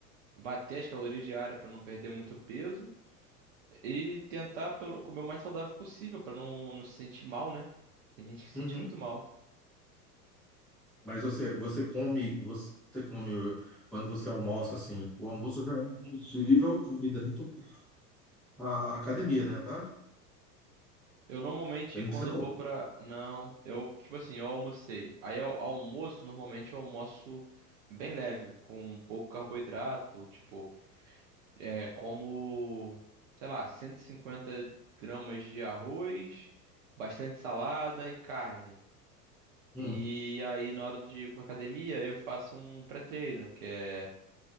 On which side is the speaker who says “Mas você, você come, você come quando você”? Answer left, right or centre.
Centre